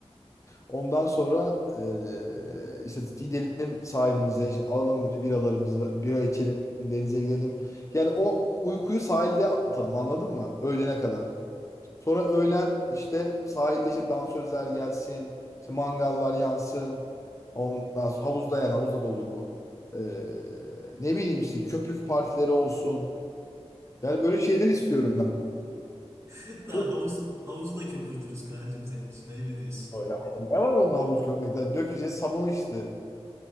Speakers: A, on the left; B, on the right.
A: Ondan sonra eee, işte gidelim sahilimize işte alalım biralarımızı bira içelim denize gidelim. Yani o uykuyu sahilde atalım anladın mı? Öğlene kadar. Sonra öğlen işte sahilde işte dansözler gelsin işte mangallar yansın. Ondan sonra havuzda yani havuzda da olur bu. Eee, ne bileyim işte köpük partileri olsun. Yani böyle şeyler istiyorum ben.
B: Hatta
A: Çok
B: havuz havuzu da köpürtürüz kancım senin için ayıp ediyorsun.
A: ya ne var onun havuz köpürmekte? Dökeceğiz sabunu işte.